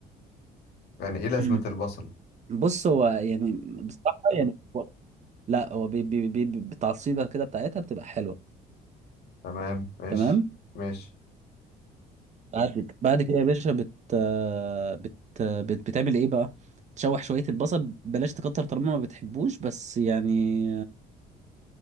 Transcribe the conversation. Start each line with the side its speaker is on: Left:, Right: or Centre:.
Left: يعني ايه
Right: <clears throat>
Left: لازمة
Right: مم.
Left: البصل
Right: بص هو يعني بصراحه يعني هو- لا هو بي بي بي بي- بالتعصيبه كده بتاعتها بتبقى حلوه
Left: تمام ماشي
Right: تمام
Left: ماشي
Right: بعد بعد كده يا باشا بت آه، بت آه، بت بتعمل ايه بقى تشوح شويه البصل بلاش تكتر طالما ما بتحبوش بس يعني